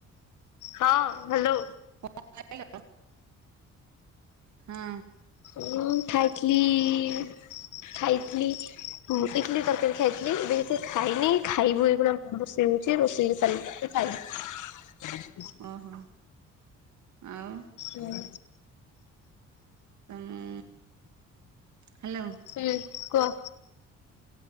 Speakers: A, on the left; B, on the right.
A: ହଁ ହାଲୋ।
B: କଣ ଖାଇଲ ହଁ।
A: ଉଁ ଖାଇଥିଲିି। ଖାଇଥିଲି ଉଁ ଇଟଲିି ତରକାରୀ ଖାଇଥିଲି ଏବେ କିଛି ଖାଇନି ଖାଇବୁ ଏଇଖୁଣା ଆମର ରୋଷଇ। ହେଉଛି ରୋଷେଇ ହେଇସାରି ଲେ ଖାଇବୁ।
B: ଓହୋ ଆଉ।
A: ଉଁ
B: ତମ ହାଲୋ।
A: ହୁଁ କୁହ?